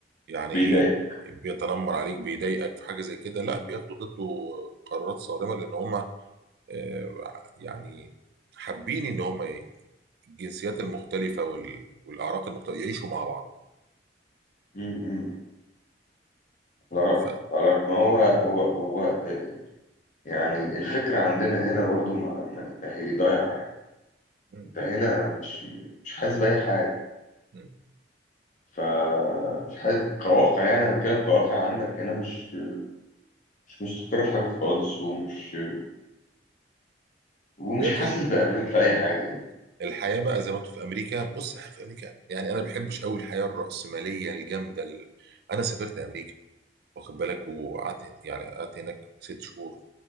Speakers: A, on the right; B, on the left.
A: يعني
B: بيضايق
A: بيتنمر عليك بيضايقك في حاجه زي كده
B: امم
A: لا بياخدوا ضده قرارات صارمه لان هم آه، يعني حابين ان هم الجنسيات المختلفه وال- والاعراق المختلفه يعيشوا مع بعض
B: امم على رأيك
A: ف...
B: على رأيك ما هو هو هو يعني الفكرة عندنا هنا برضو ما, ما ما هي ضايعة يعني
A: م-
B: انت هنا مش مش حاسس بأي حاجة
A: م.
B: فمش حاسس كواقع يعني أنا بتكلم كواقع عندك هنا مش مش مستقر في حاجة خالص ومش ومش
A: يعني
B: حاسس
A: ال-
B: بأمان في أي حاجة يعني
A: الحياه بقى زي ما انتوا في امريكا بص احنا في امريكا يعني انا ما بحبش قوي الحياه الراسماليه الجامده ال... انا سافرت امريكا واخد بالك وقعدت يعني قعدت هناك ست شهور